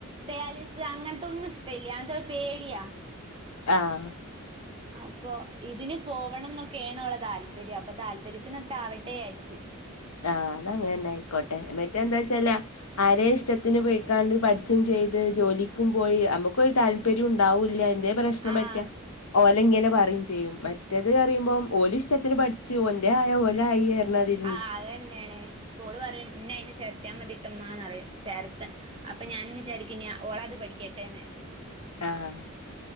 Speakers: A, on the right; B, on the left.
A: ഡയാലിസ് അങ്ങനത്തൊന്നും ഇഷ്ടല്ല്യ അതൊരു പേടിയാ
B: ആഹ്
A: അപ്പൊ ഇതിന് പോവണംന്നൊക്കെയാണോളെ താല്പര്യം അപ്പൊ താല്പര്യത്തിനൊത്താവട്ടെയാച്ച്
B: ആഹ് അതങ്ങനായിക്കോട്ടെ മറ്റേന്താച്ചാല് ആരെ ഇഷ്ടത്തിന് പോയിക്കാണ്ട് പഠിച്ചും ചെയ്ത് ജോലിക്കും പോയി അമുക്കൊരു താല്പര്യോണ്ടാവൂല്ല പ്രശ്നം
A: ആഹ്
B: പറ്റിയ ഓലെങ്ങനെ പറയും ചെയ്യും മറ്റേത് അറിയുമ്പോം ഓലിഷ്ടത്തിന് പഠിച്ചു ഒന്തേ ആയോ ഓല ആയി എതി
A: ആഹ് അതന്നേണ് ഓള് പറയും ന്നെ അതിനെ ചേർത്തിയാ മതി ട്ടോ ഉമ്മാന്ന് പറയും ചേർത്ത് അപ്പ ഞാനും വിചാരിക്കിനിയ ഓളത് പഠിക്കട്ടെേന്ന്
B: ആഹ്